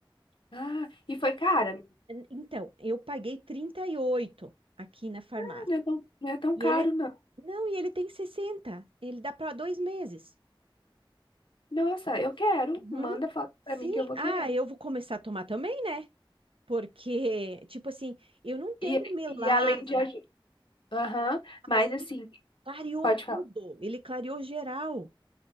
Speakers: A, on the left; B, on the right.
A: Ah, e foi cara?
B: Então, eu paguei 38 aqui na farmácia.
A: Ah, não é tão, não é tão
B: E
A: caro,
B: ele,
A: não.
B: não, e ele tem sessenta Ele dá para dois meses.
A: Nossa, eu quero.
B: Uhum.
A: Manda foto
B: Sim,
A: pra mim que eu vou
B: ah,
A: querer.
B: eu vou começar a tomar também, né? Porque, tipo assim, eu não tenho
A: E,
B: melasma,
A: e além de ajudar. Aham, mas
B: mas ele
A: assim,
B: clareou
A: pode
B: tudo,
A: falar.
B: ele clareou geral.